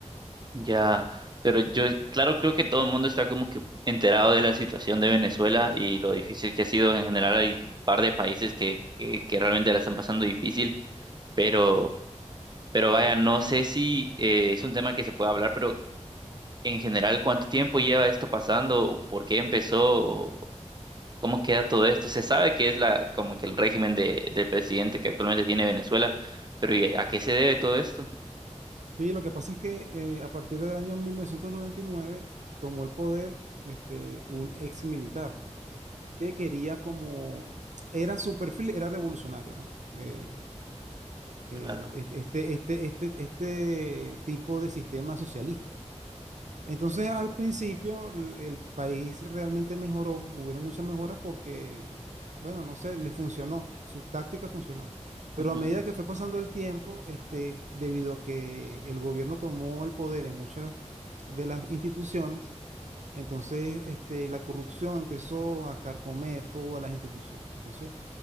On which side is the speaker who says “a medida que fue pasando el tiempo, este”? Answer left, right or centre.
Right